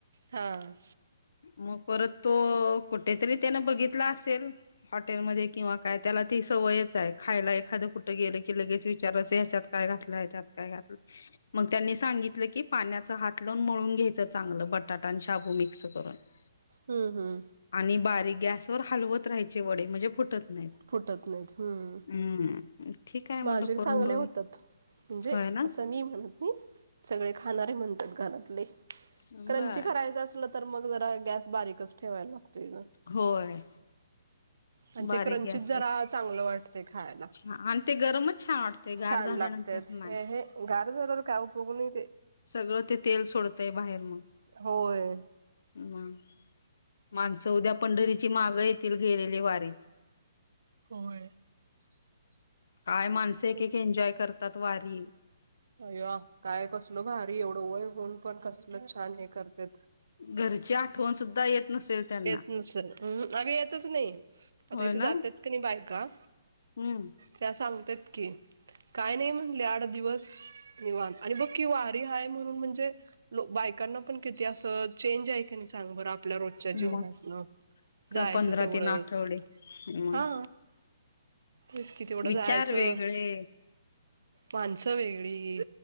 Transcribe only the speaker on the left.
मग परत तो, कुठेतरी त्यानं बघितला असेल. हॉटेलमध्ये किंवा काय. त्याला ती सवयचाय. खायला एखादं कुठं गेलं की, लगेच विचारायचं ह्याच्यात काय घातलंय? त्यात काय घातलं? मग त्यांनी सांगितलं की पाण्याच हात लावून मळून घ्यायच चांगलं बटाटा आणि शाबू मिक्स. <inaudible>
आणि बारीक गॅसवर हलवत राहायचे वडे म्हणजे फुटत नाहीत.
हम्म ठीक आहे म्हणलं
करून
बघू.
होय ना?
बर
होय
बारीक
गॅसवर
हा आणि ते गरमच छान वाटतंय गार
झाल्यानंतर
नाही.
सगळं ते तेल सोडतय बाहेर मग.
हम्म माणसं उद्या पंढरीची मागं येतील गेलेले वारीत.
काय माणसं एक
एक एन्जॉय करतात वारी
घरची आठवण सुुद्धा येत नसेल. त्यांना
होय
ना?
हम्म.
मग
क- पंधरा
तीन आठवडे मग
विचार
वेगळे